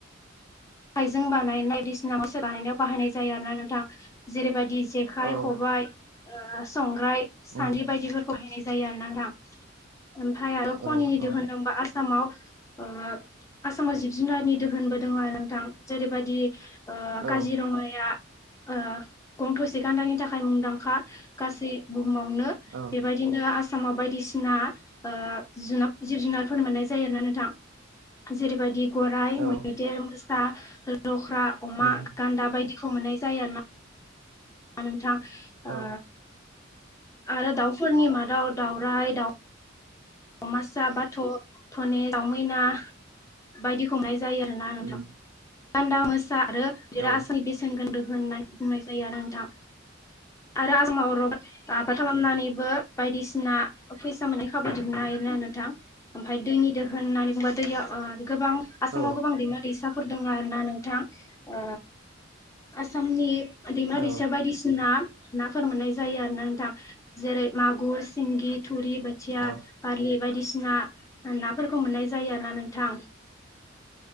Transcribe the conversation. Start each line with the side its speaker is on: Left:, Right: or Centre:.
Left: हाइजें बानायनाय बायदिसिना मोसा बानायनायाव बाहायनाय जायो आरो ना नोंथां जेरैबायदि जेखाय
Right: औ
Left: खबाइ ओ संग्राय सानै
Right: उम
Left: बायदिफोरखौहाय जायो आरो ना नोंथां ओमफ्राय आरो खनिनि
Right: औ औ
Left: दिहुन ओमबा आ सामाव ओ आसामाव जिब जुनारनि दोहोनबो दङ नोंथां जेरैबायदि ओ, काजिरङाया
Right: औ
Left: ओ गं थ'से गान्दानि थाखाय मुंदांखा गासै बुुहुमावनो
Right: औ
Left: बेबायदिनो आसा सामाव बायदिसिना ओ जुनाब जिब जुनारफोर मोननाय जायो आरोना नोंथां। जेरैबायदि गराइ
Right: औ
Left: मैदेर मोसा लख्रा अमा
Right: उम
Left: गान्दा बायदिखौ मोननाय जायो आरो ना। नोंथां
Right: औ
Left: ओ आरो दाउफोरनि मादाव दाउराय दाउ दावमासा बाथ' धने दावमैना बायदिखौ मोन जायो आरो ना नोंथां
Right: उम
Left: गान्दा मोसा आरो बि
Right: औ
Left: आसामनि बेसेन होननानै बुंनाय जायो आरो नोंथां आरो आसामाव रबाद आबाद खालामनानैबो बायदिसिना फैसा मोनै खाबु दिहु नाय नोंथां ओमफाय दैनि दोहोन होननानै बुङोबा दैया गोबां आसामाव
Right: औ
Left: गोबां दैमा दै साफोर दङ आरोना नोंथां ओ आसामनि दैमा
Right: औ
Left: दैसा बायदिसिना नाफोर मोननाय जायो आरो ना नोंथां जेरै मागुर सिंगि थुरि बोथिया
Right: औ
Left: लि बायदिसिना नाफोरखौ मोननाय जायो आरो ना नोंथां।